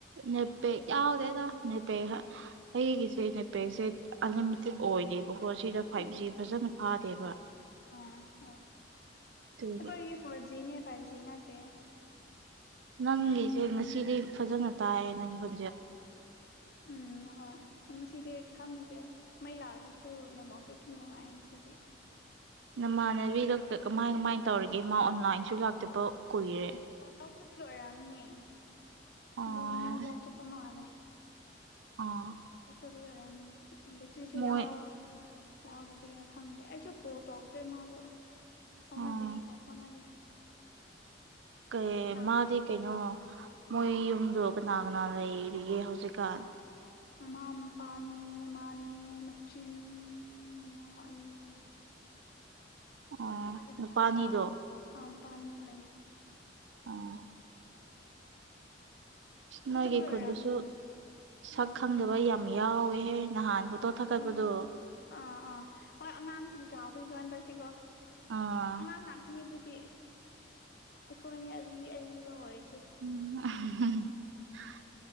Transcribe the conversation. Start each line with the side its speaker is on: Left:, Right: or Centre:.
Right: ꯅꯦꯠꯄꯦꯛ
Left: ꯂꯩꯇꯦ
Right: ꯌꯥꯎꯗꯦꯗ꯫ ꯅꯦꯠꯄꯦꯛ ꯑꯩꯒꯤꯁꯦ ꯅꯦꯠꯄꯦꯛꯁꯦ ꯑꯟꯂꯤꯃꯤꯇꯦꯠ ꯑꯣꯏꯗꯦ꯫ ꯀꯣ ꯁꯤꯗ ꯐꯥꯏꯚ
Left: ꯎꯝ
Right: ꯖꯤ ꯐꯖꯅ ꯐꯥꯗꯦꯕ꯫
Left: ꯑꯣ ꯍꯣꯏ ꯑꯩꯈꯣꯏꯒꯤ
Right: ꯑꯗꯨꯒꯤ
Left: ꯐꯣꯔ ꯖꯤꯅꯦ ꯐꯥꯏꯚ ꯖꯤ ꯅꯠꯇꯦ꯫
Right: ꯅꯪꯒꯤꯁꯦ ꯉꯁꯤꯗꯤ ꯐꯖꯅ ꯇꯥꯏꯌꯦ ꯅꯪꯒꯤ ꯍꯧ
Left: ꯍꯣꯏ ꯎꯝ ꯍꯣꯏ ꯉꯁꯤꯗꯤ ꯈꯪꯗꯦ꯫ ꯃꯩ ꯂꯥꯛꯑꯗꯁꯨ ꯅꯦꯠꯋꯥꯛꯁꯨ ꯑꯗꯨꯝ ꯅꯨꯡꯉꯥꯏ ꯉꯁꯤꯗꯤ꯫
Right: ꯅꯃꯥꯟꯅꯕꯤꯗꯨ ꯀꯃꯥꯏ ꯀꯃꯥꯏꯅ ꯇꯧꯔꯤꯒꯦ ꯃꯥ ꯑꯣꯟꯂꯥꯏꯟꯁꯨ ꯂꯥꯛꯇꯕ ꯀꯨꯏꯔꯦ꯫
Left: ꯑꯣ ꯂꯧꯆꯠꯄꯤꯗꯣ ꯑꯣꯏꯔꯝꯅꯤ ꯍꯟꯗꯛ
Right: ꯑꯣ
Left: ꯃꯣꯏ ꯂꯧ ꯆꯠꯄ ꯃꯥꯜꯂꯦ꯫
Right: ꯑꯥ꯫
Left: ꯂꯧ ꯆꯠꯄꯩ ꯑꯣꯏꯔꯝꯅꯤ ꯑ ꯕꯦꯇ꯭ꯔꯤꯁꯨ
Right: ꯃꯣꯏ
Left: ꯌꯥꯎ꯫ ꯌꯥꯎꯗꯕꯤꯔ ꯈꯪꯗꯦ ꯑꯩꯁꯨ ꯀꯣꯜ ꯇꯧꯗ꯭ꯔꯦ ꯃꯥꯕꯨ ꯐꯥꯎꯅꯗꯦ
Right: ꯑꯣ
Left: ꯄꯥꯎ ꯐꯥꯎꯅꯗꯦ꯫
Right: ꯀꯩ
Left: ꯇꯦꯂꯤꯒ꯭ꯔꯥꯝꯗ
Right: ꯃꯥꯗꯤ
Left: ꯐꯥꯎꯅꯗꯦ
Right: ꯀꯩꯅꯣ ꯃꯣꯏ ꯌꯨꯝꯗꯣ ꯀꯅꯥ ꯀꯅꯥ ꯂꯩꯔꯤꯒꯦ ꯍꯧꯖꯤꯛꯀꯥꯟ꯫
Left: ꯃꯃꯥ ꯃꯄꯥꯅꯦ ꯃꯥꯅꯦ ꯃꯆꯤꯟ ꯃꯅꯥꯎ ꯑꯅꯤ꯫
Right: ꯑꯣ
Left: ꯃꯥꯒꯤ ꯃꯅꯥꯎꯅꯨꯄꯥ
Right: ꯅꯨꯄꯥꯅꯤꯗꯣ
Left: ꯃꯅꯥꯎꯅꯨꯄꯥ ꯑꯅꯤꯒ ꯂꯩ꯫
Right: ꯑꯣ
Left: ꯂꯧ
Right: ꯅꯣꯏꯒꯤ
Left: ꯆꯠꯄꯒꯤ
Right: ꯈꯨꯟꯗꯨꯁꯨ
Left: ꯑꯣꯏꯔꯝꯅꯤ
Right: ꯁꯛ ꯈꯪꯗꯕ ꯌꯥꯝ ꯌꯥꯎꯋꯦꯍꯦ꯫ ꯅꯍꯥꯟ ꯐꯣꯇꯣ
Left: ꯑꯁ ꯂꯩꯕꯅꯦ
Right: ꯊꯥꯒꯠꯄꯗꯣ꯫
Left: ꯑꯥ ꯑꯥ ꯍꯣꯏ ꯑꯉꯥꯡꯁꯤꯡ ꯆꯥꯎꯕꯒꯤꯒ ꯍꯟꯗꯛꯇꯤꯀꯣ
Right: ꯑꯥ
Left: ꯑꯉꯥꯡ ꯉꯥꯛ ꯑꯅꯤꯗꯨꯗꯤ ꯑꯩꯈꯣꯏꯅꯦ ꯑꯔꯤ ꯑꯔꯤꯕ ꯑꯣꯏꯔꯤꯁꯦ
Right: ꯎꯝ ꯎ <unintelligible>